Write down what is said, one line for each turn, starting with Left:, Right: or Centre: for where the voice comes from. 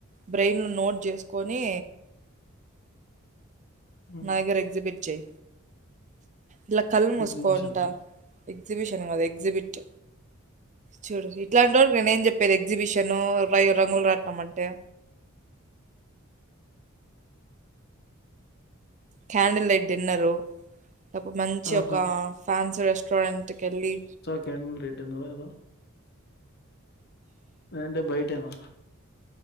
Right: బ్రెయిన్ ను నోట్ జేస్కోనీ
Left: ఉమ్.
Right: నా దగ్గర ఎగ్జిబిట్ జై ఇలా కళ్ళు మూసుకోంటా
Left: ఎగ్జిబిషన్
Right: ఎగ్జిబిషన్ కాదు ఎగ్జిబిట్ చూడు ఇట్లాంటోల్కి నేను ఏం చెప్పేది ఎగ్జిబిషన్ రయు రంగుల్రాట్నం అంటే క్యాండిల్ లైట్ డిన్నరు మంచి
Left: ఆహా
Right: ఒక ఫ్యాన్సీ రెస్టారెంట్ కెళ్ళి
Left: కేన్ రిటర్నో ఏదో లేదంటే బైటెమో